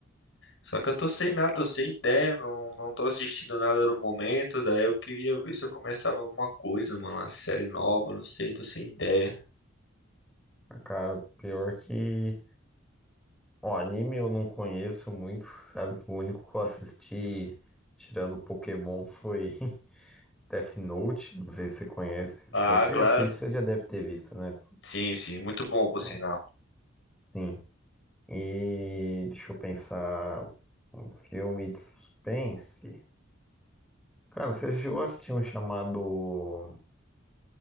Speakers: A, on the left; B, in the centre.
A: Só que eu tô sem nada, tô sem ideia, não, não tô assistindo nada no momento, daí eu queria ver se eu começava alguma coisa, mano, uma série nova, não sei, tô sem ideia.
B: ah, cara, pior que... Ó, anime eu não conheço muito, sabe? O único que eu assisti, tirando Pokémon, foi <laughs> Death Note. Não sei se você conhece.
A: Ah,
B: Se você
A: claro.
B: assiste, você já deve ter visto, né?
A: Sim, sim, muito bom por sinal.
B: É, sim. E deixa eu pensar. Um filme de suspense. Cara, você chegou a assistir um chamado